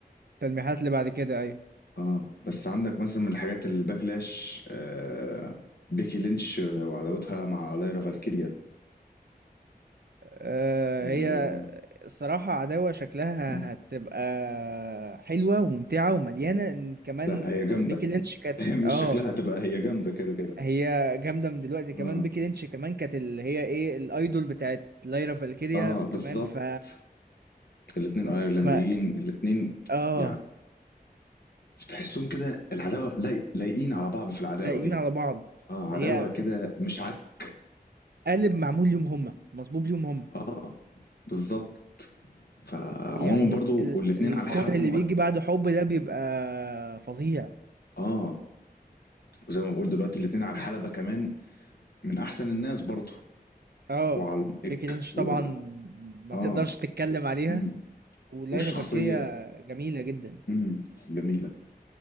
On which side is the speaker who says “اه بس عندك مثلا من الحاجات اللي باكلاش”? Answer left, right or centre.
Left